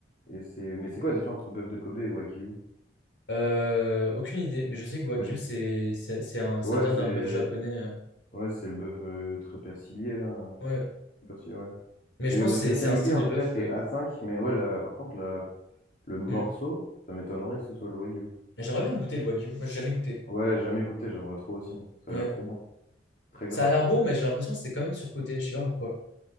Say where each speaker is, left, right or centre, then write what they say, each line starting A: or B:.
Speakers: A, on the left (about 45°); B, on the left (about 75°).
A: et c'est mais c'est quoi la différence entre bœuf de Kobe et Wagyu?
B: Euh, aucune idée, mais je sais que Wagyu,
A: Bah, j'ai-
B: c'est c'est- c'est un... ça
A: Ouais,
B: vient
A: c'est
B: d'un bœuf japonais. euh.
A: ouais, c'est le bœuf euh, très persillé là,
B: Ouais,
A: très persillé, ouais.
B: mais je
A: Mais
B: pense
A: euh,
B: que c'est
A: la
B: c'est
A: qualité,
B: un style
A: en
B: de
A: tout
B: bœuf.
A: cas, c'est
B: euh.
A: A5. Mais ouais, la- par contre, la- le morceau,
B: Hmm.
A: ça m'étonnerait que ce soit le Wagyu.
B: J'aimerais bien goûter le Wagyu, moi, j'ai jamais goûté.
A: Ouais, jamais goûté, j'aimerais trop aussi. Ça
B: Ouais.
A: a l'air trop bon. Très gras
B: Ça a l'air
A: surtout.
B: bon, mais j'ai l'impression que c'est quand même surcoté, je sais pas pourquoi.